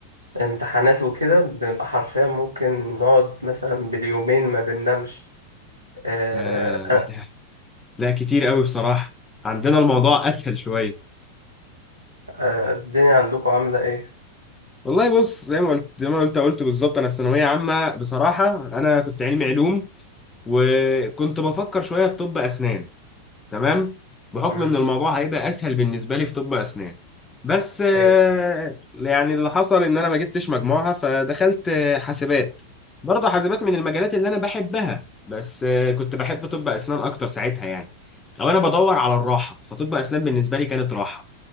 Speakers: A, on the right; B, on the left.
A: امتحانات وكده بنبقى حرفيا ممكن نقعد مثلا باليومين ما بننامش آه،
B: ده ايه ده؟ لا كتير قوي بصراحة عندنا الموضوع اسهل شوية
A: آه، الدنيا عندكم عاملة ايه؟
B: والله بص زي ما قلت زي ما قلت قلت بالظبط انا في ثانوية عامة بصراحة انا كنت علمي علوم وكنت بفكر شوية في طب اسنان تمام بحكم
A: مم.
B: ان الموضوع هيبقى اسهل بالنسبه لي في طب اسنان بس آه،
A: حلو
B: يعني اللي حصل ان انا ما جبتش مجموعها فدخلت آه، حاسبات برضه حاسبات من المجالات اللي انا بحبها بس آه، كنت بحب طب اسنان اكتر ساعتها يعني او انا بدور على الراحه فطب اسنان بالنسبه لي كانت راحه